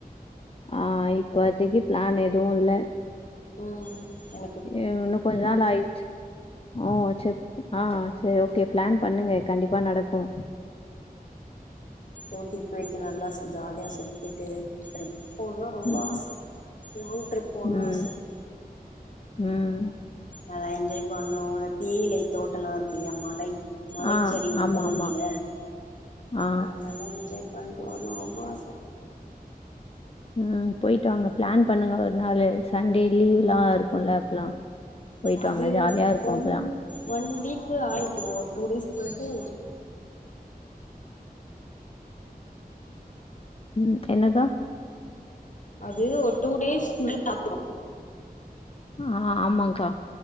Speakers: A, on the left (about 40°); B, on the left (about 55°).
A: ஆ இப்பாத்தைக்கு பிளான் எதுவு இல்ல
B: ம் எ
A: இன்னு கொஞ்ச நாள் ஆயிருச்சு ஓ சேர் ஆ சேர் ஓகே பிளான் பண்ணுங்க கண்டிப்பா நடக்கு
B: ஊட்டிக்கு போயிட்டு நல்லா ஜாலியா சுத்திட்டு ட்ரிப் போணுன்னா ரொம்ப
A: ம்
B: ஆச லாங் ட்ரிப் போணு
A: ம்
B: ஆச
A: ம்
B: ஆ என்ஜாய் பண்ணோ தேயிலை தோட்டல்லா இருக்குல்லயா மலை மலைச்சரிவு
A: ஆ ஆமா
B: பகுதியில
A: ஆமா ஆ
B: அ நல்லா என்ஜாய் பண்ட்டு வரனு ரொம்ப ஆச
A: ஆ போயிட்டு வாங்க பிளான் பண்ணுங்க ஒரு நாளு சண்டே லீவ்வுலா இருக்குல்ல அப்பலா போய்ட்டு
B: அது
A: வாங்க ஜாலியா இருக்கு
B: ஒன்
A: அப்பதா
B: ஒன் வீக்கு ஆ <inaudible> ஒரு டூ டேஸ் போயிட்டு
A: ம் என்னடா
B: அது ஒரு டூ டேஸ் மேல ஆகு
A: ஆ ஆமாக்கா